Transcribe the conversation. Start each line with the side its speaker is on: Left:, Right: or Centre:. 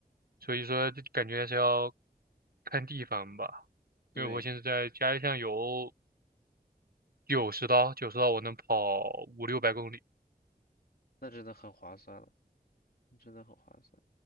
Right: 所以说这感觉还是要看地方吧，
Left: 对，
Right: 因为我现在在家里上有九十刀，九十刀我能跑五六百公里。
Left: 那真的很划算了，那真的很划算。